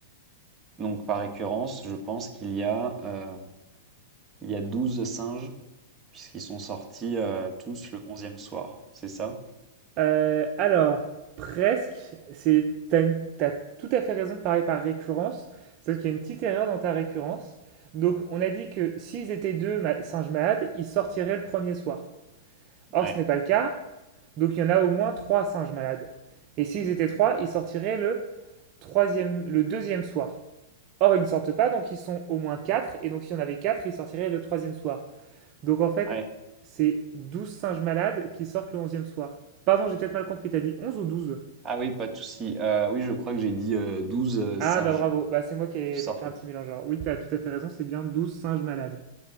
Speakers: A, on the right; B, on the right.
A: Donc par récurrence, je pense qu'il y a euh, il y a 12 singes puisqu'ils sont sortis euh, tous le onzième soir. C'est ça?
B: Euh, alors, presque, c'est, t'as une- t'as tout à fait raison de parler par récurrence, sauf qu'il y a une petite erreur dans ta récurrence. Donc, on a dit que s'ils étaient deux ma- singes malades, ils sortiraient le premier soir. Or,
A: Ouais,
B: ce n'est pas le cas, donc il y en a au moins trois singes malades. Et s'ils étaient trois, ils sortiraient le troisième, le deuxième soir. Or, ils ne sortent pas, donc ils sont au moins quatre, et donc si on avait quatre, ils sortiraient le troisième soir. Donc en fait,
A: ouais.
B: c'est 12 singes malades qui sortent le onzième soir. Pardon, j'ai peut-être mal compris, t'as dit 11 ou douze
A: Ah oui, pas de souci. Euh, oui, je crois que j'ai dit euh, 12 euh,
B: Ah
A: singes
B: bah bravo, bah c'est moi qui ai
A: qui sortent
B: fait un
A: le.
B: petit mélange. Alors oui, t'as tout à fait raison, c'est bien 12 singes malades.